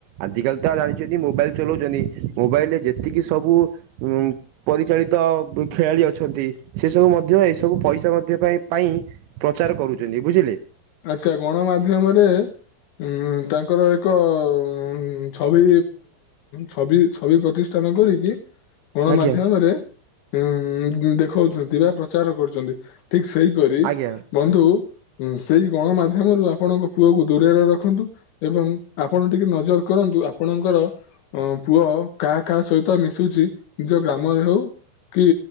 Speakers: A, on the right; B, on the left.
A: ଆଜିକାଲି ତ ଜାଣିଛନ୍ତି, ମୋବାଇଲ ଚଲାଉଛନ୍ତି, ମୋବାଇଲରେ ଯେତିକି ସବୁ ଉଁ ପରିଚାଳିତ ଖେଳାଳି ଅଛନ୍ତି, ସେ ସବୁ ମଧ୍ୟ ଏସବୁ ପଇସା ମଧ୍ୟ ପାଇ ପାଇଁ ପ୍ରଚାର କରୁଛନ୍ତି ବୁଝିଲେ
B: ଆଚ୍ଛା, ଗଣମାଧ୍ୟମରେ ଉଁ ତାଙ୍କର ଏକ ଉଁ ଛବି, ଛବି, ଛବି ପ୍ରତିଷ୍ଠାନ କରିକି ଗଣମାଧ୍ୟମରେ
A: ଆଜ୍ଞା
B: ଉଁ ଦେଖଉଛନ୍ତି ବା ପ୍ରଚାର କରୁଛନ୍ତି, ଠିକ୍ ସେଇପରି,
A: ଆଜ୍ଞା
B: ବନ୍ଧୁ ସେଇ ଗଣମାଧ୍ୟମରୁ ଆପଣଙ୍କ ପୁଅକୁ ଦୂରରେ ରଖନ୍ତୁ ଏବଂ ଆପଣ ଟିକେ ନଜର କରନ୍ତୁ ଆପ ଆପଣଙ୍କର ଅ ପୁଅ କାହା କାହା ସହିତ ମିଶୁଛି, ନିଜ ଗ୍ରାମରେ ହଉ କି